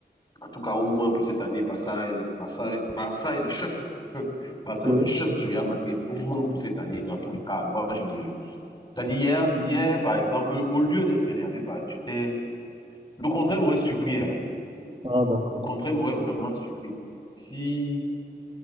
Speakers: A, on the left (about 25°); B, on the right (about 30°).
A: En tout cas, au moins pour cette année, Barça est, Barça est- Barça est le chef. <laughs> Barça
B: Oui.
A: est le chef du Real Madrid, au moins pour cette année, dans tous les cas. Moi, je ne... C'est-à-dire, hier, hier, par exemple, au lieu d'être énervé, par- j'étais... Le contraire m'aurait surpris, hein.
B: Ah, d'accord.
A: Le contraire m'aurait vraiment surpris. Si,